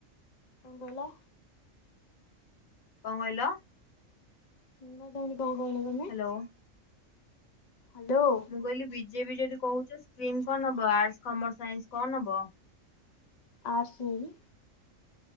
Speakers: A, on the left (about 40°); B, on the left (about 80°).
A: କଣ କହିଲ?
B: କଣ କହିଲ?
A: ଶୁଣା ଯାଉନି କଣ କହିଲ ତମେ?
B: Hello
A: hello.
B: ମୁଁ କହିଲି ବିଜେପି ଯଦି କହୁଛ ଷ୍ଟ୍ରିମ କଣ ନବ ଆର୍ଟସ କମର୍ସ ସାଇନ୍ସ କଣ ନବ?
A: ଏଡ୍ସ ନେବି।